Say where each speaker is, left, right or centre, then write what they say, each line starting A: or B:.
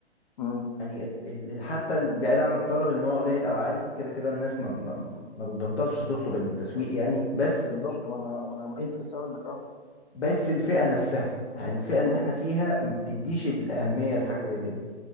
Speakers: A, on the left (about 45°); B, on the left (about 70°).
A: مم.
B: يعني ال- ال- حتى ال- بعيد عن الطلب ان هو قليل او عالي كده كده الناس ما ما ما بتبطلش تطلب التسويق يعني بس
A: بالظبط ما انا ما انا ما انا
B: ال-
A: كنت لسه هقول لك اه
B: بس الفئة نفسها الفئة اللي
A: مم.
B: احنا فيها ما بتديش الأهمية لحاجة زي كده